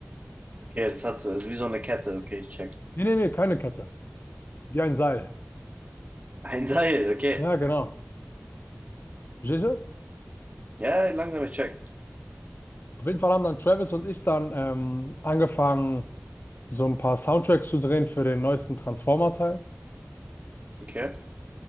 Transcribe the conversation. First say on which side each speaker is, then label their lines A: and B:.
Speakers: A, on the right (about 35°); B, on the left (about 60°).
A: Okay, das hat so, ist wie so eine Kette. Okay, ich check.
B: Nee, nee, nee, keine Kette. Wie ein Seil.
A: Ein Seil, okay.
B: Ja, genau. Verstehst du?
A: Ja, langsam, ich check.
B: Auf jeden Fall haben dann Travis und ich dann ähm, angefangen, so ein paar Soundtracks zu drehen für den neuesten Transformer-Teil.
A: Okay.